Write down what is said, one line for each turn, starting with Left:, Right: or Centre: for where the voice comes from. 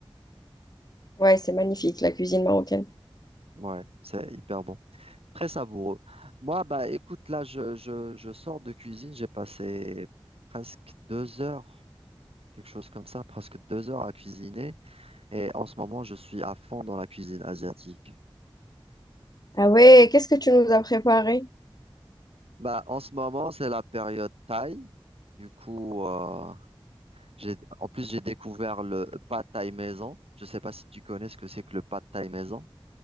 Left: Ouais, c'est magnifique, la cuisine marocaine.
Right: Ouais, c'est hyper bon. Très savoureux. Moi, bah écoute, là, je, je, je sors de cuisine. J'ai passé presque deux heures, quelque chose comme ça, presque deux heures à cuisiner. Et en ce moment, je suis à fond dans la cuisine asiatique.
Left: Ah ouais, qu'est-ce que tu nous as préparé?
Right: Bah, en ce moment, c'est la période thaï. Du coup, euh, j'ai, en plus, j'ai découvert le pad thaï maison. Je ne sais pas si tu connais ce que c'est que le pad thaï maison.